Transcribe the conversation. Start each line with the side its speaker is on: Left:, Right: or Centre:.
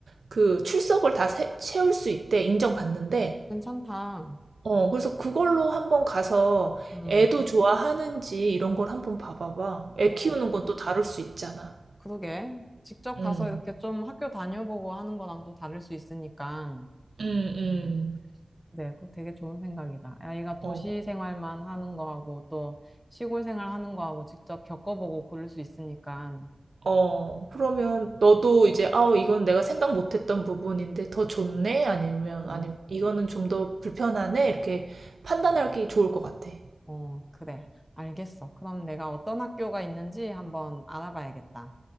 Right: 그 출석을 다 세- 채울 수 있대 인정받는데.
Centre: 괜찮다.
Right: 어, 그래서 그걸로 한번 가서
Centre: 음,
Right: 애도 좋아하는지 이런 걸 한번 봐봐봐. 애
Centre: 어,
Right: 키우는 건 또 다를 수 있잖아.
Centre: 그러게. 직접
Right: 음,
Centre: 가서 이렇게 좀 학교 다녀보고 하는 거랑 또 다를 수 있으니까.
Right: 음, 음.
Centre: 음, 그래, 그거 되게 좋은 생각이다. 아이가 도시
Right: 어,
Centre: 생활만 하는 거하고 또 시골 생활 하는 거하고 직접 겪어보고 고를 수 있으니까.
Right: 어, 그러면 너도 이제, 아, 이건 내가 생각 못했던 부분인데 더 좋네? 아니면,
Centre: 음,
Right: 아니면, 이거는 좀 더 불편하네? 이렇게 판단하기 좋을 것 같아.
Centre: 어, 그래. 알겠어. 그럼 내가 어떤 학교가 있는지 한번 알아봐야겠다.